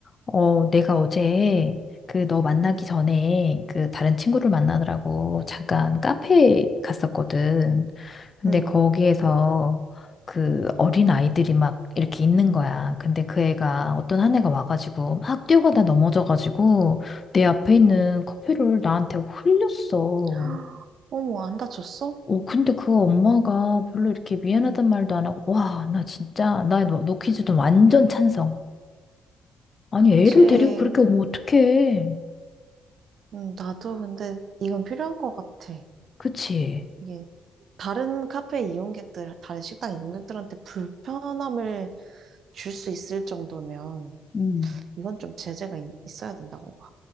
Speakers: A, on the left; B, on the right.
A: 어, 내가 어제 그 너 만나기
B: 응,
A: 전에 그 다른 친구를 만나느라고 잠깐 카페에 갔었거든. 근데
B: 응,
A: 거기에서 그 어린 아이들이 막 이렇게 있는 거야. 근데 그 애가 어떤 한 애가 와가지고 막 뛰어가다 넘어져가지고 내 앞에 있는
B: 응,
A: 커피를 나한테 흘렸어.
B: <gasps> 어머, 안 다쳤어?
A: 어, 근데 그 엄마가 별로 이렇게 미안하단
B: 응.
A: 말도 안 하고, 와, 나 진짜, 나너 너너 퀴즈 좀 완전 찬성. 아니,
B: 그치.
A: 애를 데리고 그렇게 오면 어떡해.
B: 응 나도 근데 이건 필요한 것 같아.
A: 그치.
B: 이게 다른 카페 이용객들, 다른 식당 이용객들한테 불편함을 줄 수 있을 정도면
A: 음.
B: 이건 좀 제재가 있, 있어야 된다고 봐.